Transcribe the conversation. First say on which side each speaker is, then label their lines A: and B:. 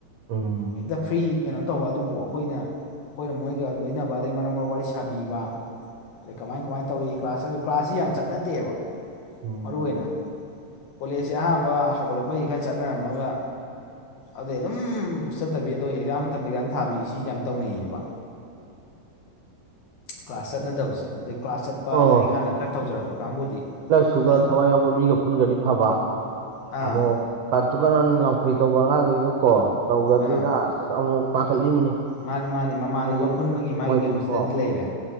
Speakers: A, on the right (about 75°); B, on the left (about 75°).
A: ꯑꯝ
B: ꯍꯦꯛꯇ ꯐ꯭ꯔꯤ ꯀꯩꯅꯣ ꯇꯧꯕ ꯑꯗꯨꯕꯨ ꯑꯩꯈꯣꯏꯅ ꯑꯩꯈꯣꯏꯅ ꯃꯣꯏꯒ ꯂꯣꯏꯅꯕ ꯑꯗꯩ ꯃꯔꯛ ꯃꯔꯛ ꯋꯥꯔꯤ ꯁꯥꯕꯤꯕ ꯑꯗꯩ ꯀꯃꯥꯏ ꯀꯃꯥꯏꯅ ꯇꯧꯔꯤ ꯀ꯭ꯂꯥꯁ ꯑꯗꯨ ꯀ꯭ꯂꯥꯁꯁꯤ ꯌꯥꯝ ꯆꯠꯅꯗꯦꯕ
A: ꯎꯝ
B: ꯃꯔꯨ ꯑꯣꯏꯅ ꯀꯣꯂꯦꯖꯁꯦ ꯑꯍꯥꯟꯕ ꯍꯧꯒꯠꯂꯛꯄꯩ ꯈꯔ ꯆꯠꯅꯔꯝꯃꯒ ꯑꯗꯩ ꯑꯗꯨꯝ ꯆꯠꯇꯕꯤ ꯑꯗꯣ ꯑꯦꯛꯖꯥꯝ ꯃꯇꯝꯗ ꯑꯦꯛꯖꯥꯝ ꯊꯥꯕꯤ ꯁꯤ ꯌꯥꯝ ꯇꯧꯅꯩꯌꯦꯕ ꯀ꯭ꯂꯥꯁ ꯆꯠꯅꯗꯕꯁꯦ ꯑꯗꯩ ꯀ꯭ꯂꯥꯁ ꯆꯠꯄ
A: ꯑꯣ
B: ꯂꯥꯏꯔꯤꯛ ꯍꯥꯟꯅ ꯈꯔ ꯇꯧꯖꯔꯛꯄ ꯀꯥꯡꯕꯨꯗꯤ
A: ꯁꯨ
B: ꯑꯗꯨꯝ
A: ꯊꯋꯥꯏ ꯌꯥꯎꯕ ꯃꯤꯒ ꯄꯨꯟꯒꯗꯤ ꯐꯕ
B: ꯑꯥ
A: ꯑꯃꯨꯛ ꯀꯥꯇꯨ ꯀꯥꯔꯟ ꯂꯪꯐꯩ ꯇꯧꯕ ꯑꯉꯥꯡꯈꯩꯒ ꯀꯣ ꯇꯧꯒꯗ꯭ꯔꯔꯤꯅ
B: ꯑꯥ
A: ꯑꯁ ꯑꯃꯨꯛ ꯄꯥꯈꯠꯂꯤꯃꯤꯅꯤ
B: ꯃꯥꯅꯤ ꯃꯥꯅꯤ ꯃꯃꯥꯟꯅꯕ
A: ꯃꯣꯏꯗꯤ
B: ꯄꯨꯟꯕꯒꯤ ꯃꯥꯒꯤ
A: ꯃꯣꯏꯗꯤꯀꯣ
B: ꯀꯩꯅꯣꯁꯤꯗꯗꯤ ꯂꯩꯔꯦ